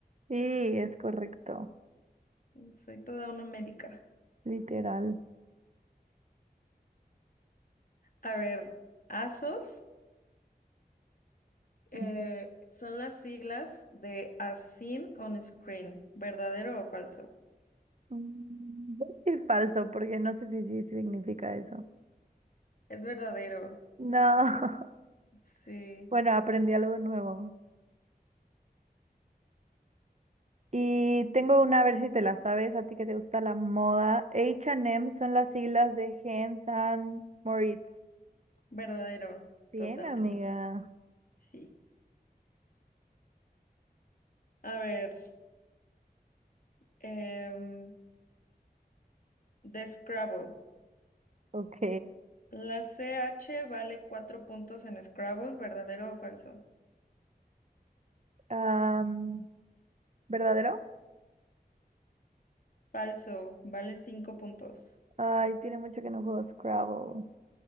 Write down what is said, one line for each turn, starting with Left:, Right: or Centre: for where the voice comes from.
Right: Sí, es correcto.
Left: Soy toda una médica.
Right: Literal.
Left: A ver, ASOS eh,
Right: Mm,
Left: son las siglas de As Seen on Screen, ¿verdadero o falso?
Right: Mm, Voy a decir falso porque no sé si sí significa eso.
Left: Es verdadero,
Right: No. <laughs>
Left: sí.
Right: Bueno, aprendí algo nuevo. Y tengo una, a ver si te la sabes, a ti que te gusta la moda. H and M son las siglas de Hans and Moritz.
Left: Verdadero,
Right: Bien,
Left: totalmente.
Right: amiga.
Left: Sí. A ver, em, de Scrabble.
Right: Ok.
Left: La C H vale cuatro puntos en Scrabble, ¿verdadero o falso?
Right: Am, ¿verdadero?
Left: Falso, vale cinco puntos.
Right: Ay, tiene mucho que no juego Scrabble.